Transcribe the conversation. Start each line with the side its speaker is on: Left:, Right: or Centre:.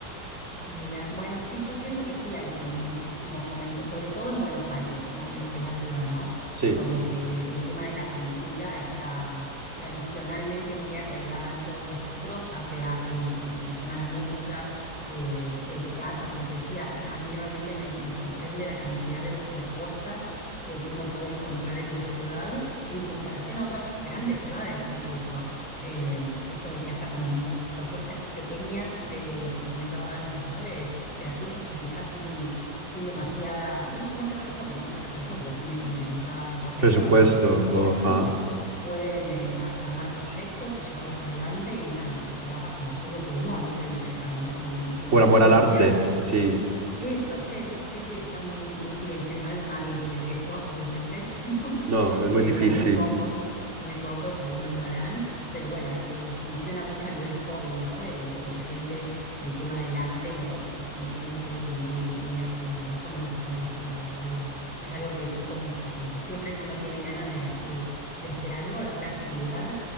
Centre: Mira, bueno, sí, yo siento que sí hay como muchísimo fomento, sobre todo en Buenos Aires, la- lo que es la ciudad, ¿no?
Right: Sí.
Centre: Como que el, el tema de la cultura está tradicionalmente muy arraigada en todos nosotros, ya sea en, en relación a la música, eh, el teatro, como te decía, a mí realmente me, me sorprende la cantidad de propuestas eh, que uno puede encontrar en la ciudad en comparación a otras grandes ciudades incluso eh, esto de que haya como propuestas pequeñas de lo que te comentaba antes, ¿no? De, de artistas que quizás sin, sin demasiada, no, no preparación, con mucha preparación, pero sin dem- demasiada carrera
Right: Presupuesto,
Centre: o demasiado presupuesto,
Right: ajá.
Centre: pueden eh, ar- armar proyectos y llevarlos adelante y nada, se trabaja como a puro pulmón, se dice acá, ¿no? Como con, con
Right: Por
Centre: mucha
Right: amor
Centre: energía
Right: al arte, sí.
Centre: eso, sí, sí, sí, está muy, muy, y en general nadie vive de eso, obviamente, <laughs> digo,
Right: No, es
Centre: eh,
Right: muy difícil.
Centre: o muy pocos, muy pocos, algunos lo harán, pero bueno, eh, funciona mucho a nivel hobby, ¿no? De que la gente, el tema del arte lo, lo, lo tiene, creo que muy, muy arraigado. Eso me gusta de la ciudad, es algo, es algo que disfruto mucho, como que siempre que uno tiene ganas de, de, de hacer algo, de alguna actividad,